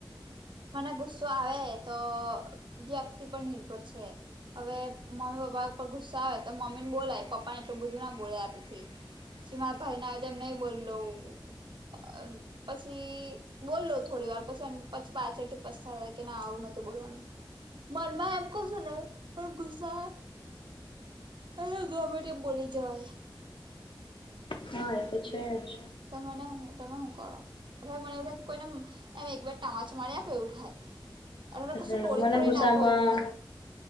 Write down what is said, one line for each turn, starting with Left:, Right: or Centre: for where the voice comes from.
Right: મને ગુસ્સો આવે તો વ્યક્તિ પર નિર્ભર છે. હવે મમ્મી પપ્પા ઉપર ગુસ્સો આવે તો મમ્મી ને બોલાય પપ્પા ને એટલું બધું ના બોલાય આપડેથી.
Left: <inaudible>
Right: સીમાર ભાઈ ના આવે તો એમ નહી બોલલો. <unintelligible> પછી બોલલો થોડી વાર પછી પછી... પાછળથી પસ્તા કે ના આવું નોતું બોલવાનું... મનમાં એમ કસો નને પણ ગુસ્સા... અરે ઘમે બોલી જવાય.
Left: હા એ તો છે જ...
Right: તો મને હું તમે હું કરો? મને એવું લાગે કોઈને એમ એક બેર ટામાચું મારી આપ એવું થાય. અને કશું
Left: જ
Right: ટોળી
Left: મને
Right: ફોડી
Left: ગુસ્સામાં
Right: નાખવું એવું થાય.